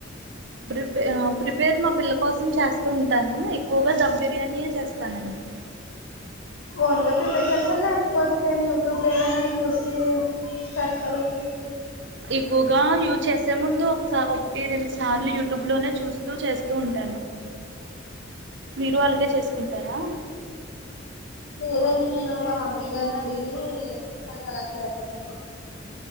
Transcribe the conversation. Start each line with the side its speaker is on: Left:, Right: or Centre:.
Right: ప్రిపే ప్రిపేర్ మా పిల్ల కోసం చేస్తూ ఉంటాను ఎక్కువగా ధమ్ బిర్యానియే చేస్తానండి
Left: ఫోన్గా ప్రిపేర్ చేస్తారు లేకపోతే యూట్యూబ్ లో ఏమైనా చూసి చేస్తారా అండి
Right: ఎక్కువగా యూజు చేసే ముందు ఒకస ఒకటి రెండు సార్లు యూట్యూబ్ లోనే చూస్తూ చేస్తూ ఉంట మీరు అలాగే చేసుకుంటారా
Left: లేదండి నేను మా మమ్మీ గారిని అడిగి అది అలా చేస్తాను